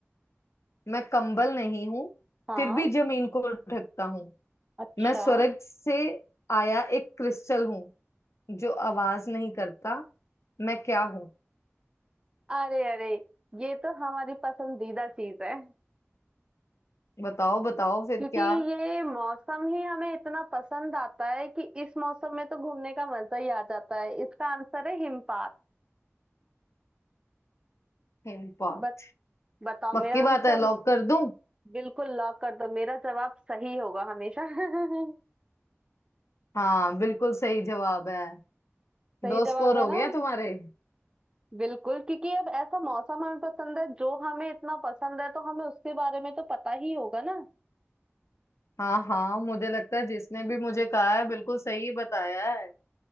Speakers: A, on the left; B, on the right.
A: मैं कंबल नहीं हूँ
B: हाँ
A: फिर भी जमीन को ढकता हूँ
B: अच्छा
A: मैं स्वर्ग से आया एक क्रिस्टल हूँ जो आवाज नहीं करता मैं क्या हूँ
B: अरे अरे ये तो हमारी पसंदीदा चीज है
A: बताओ बताओ फिर
B: क्योंकि
A: क्या
B: ये मौसम ही हमें इतना पसंद आता है कि इस मौसम में तो घूमने का मजा ही आ जाता है इसका आंसर है हिमपात
A: हिमपात
B: बत, बताओ
A: पक्की
B: मेरा आंसर
A: बात है लॉक कर दूं
B: बिल्कुल लॉक कर दो मेरा जवाब सही होगा हमेशा <laughs>
A: हाँ बिल्कुल सही जवाब है
B: सही
A: दो
B: जवाब
A: स्कोर
B: है
A: हो
B: ना
A: गया तुम्हारे
B: बिल्कुल क्योंकि अब ऐसा मौसम हमें पसंद है जो हमें इतना पसंद है तो हमें उसके बारे में तो पता ही होगा ना
A: हाँ हाँ मुझे लगता है जिसने भी मुझे कहा है बिल्कुल सही बताया है